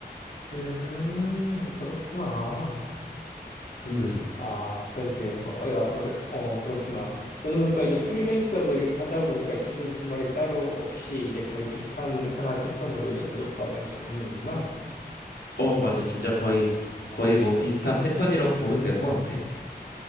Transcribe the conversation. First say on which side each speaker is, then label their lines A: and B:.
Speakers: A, on the left (about 65°); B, on the left (about 80°).
A: 음, 그렇구나.
B: 음,
A: 아, 그렇게 해서. 어, 야, 그래. 어, 그렇구나. 저는 그러니까 이제 프리랜서하고 이렇게 하다 보니까 주중 주말이 따로 없이 이제 거의 비슷한 생활 패턴으로 이제 가족과 같이 보내는구나.
B: 어, 맞아. 진짜 거의, 거의 뭐 비슷한 패턴이라고 보면 될 것 같아.